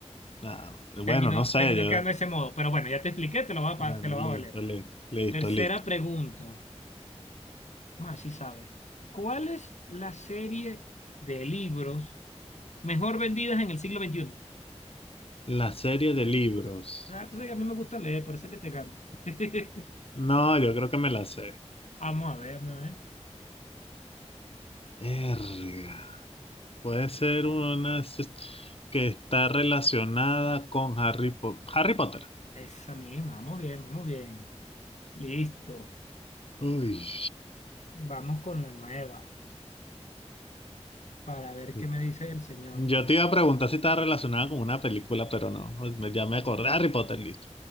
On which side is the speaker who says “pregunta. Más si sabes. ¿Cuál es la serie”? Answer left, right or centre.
Left